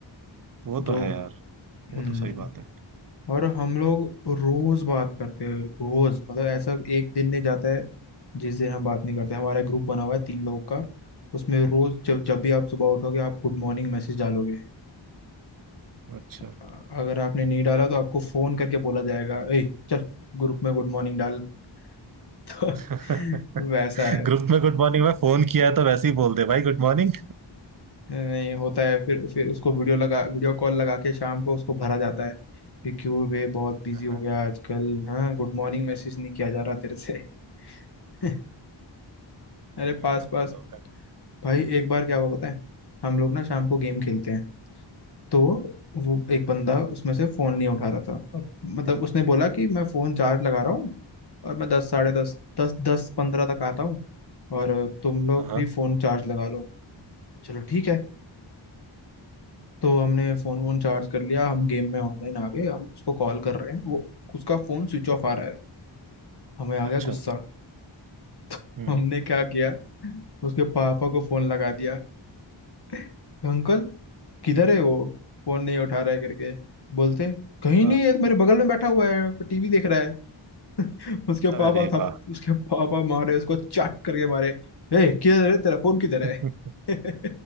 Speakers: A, on the right; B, on the left.
A: वो
B: जो
A: तो है यार वो
B: हम्म
A: तो सही बात है
B: और हम लोग रोज बात करते हैं रोज मतलब ऐसा एक दिन नहीं जाता है जिस दिन हम बात नहीं करते हमारा ग्रुप बना हुआ है तीन लोग का उसमें रोज जब
A: अच्छा
B: जब भी आप सुबह उठोगे आप गुड मॉर्निंग मैसेज डालोगे
A: अच्छा
B: अ- अगर आपने नहीं डाला तो आपको फोन करके बोला जाएगा ए चल ग्रुप में गुड मॉर्निंग डाल <laughs>
A: <laughs>
B: तो वैसा है
A: ग्रुप में गुड मॉर्निंग में फोन किया है तो वैसे ही बोल दे भाई गुड मॉर्निंग
B: नहीं होता है फिर फिर उसको वीडियो लगा वीडियो कॉल लगा के शाम को उसको भरा जाता है कि क्यों बे बहुत बिजी
A: <laughs>
B: हो गया आजकल हाँ गुड मॉर्निंग मैसेज नहीं किया जा रहा तेरे से <laughs> अरे
A: सही
B: पास
A: है यार
B: पास
A: तुम लोग का
B: भाई एक बार क्या हुआ पता है हम लोग ना शाम को गेम खेलते हैं तो वो एक बंदा उसमें से फोन नहीं उठा रहा था और मतलब उसने बोला कि मैं फोन चार्ज लगा रहा हूँ और मैं दस साढ़े दस दस दस पंद्रह तक आता हूँ और तुम लोग
A: हाँ
B: भी फोन चार्ज लगा लो चलो ठीक है तो हमने फोन वोन चार्ज कर लिया हम गेम में ऑनलाइन आ गए हम उसको कॉल कर रहे हैं वो उसका फोन स्विच ऑफ आ रहा है हमें आ गया
A: अच्छा
B: गुस्सा <laughs> तो
A: हम्म
B: हमने क्या किया उसके पापा को फोन लगा दिया <laughs> अंकल किधर है वो फोन नहीं उठा रहा है करके बोलते कहीं
A: हाँ,
B: नहीं है तो मेरे बगल में बैठा हुआ है टीवी देख रहा है <laughs> उसके
A: अरे
B: पापा था
A: वाह
B: उसके पापा मारे उसको चाट करके मारे ए किधर है तेरा फोन किधर है
A: <laughs>
B: <laughs>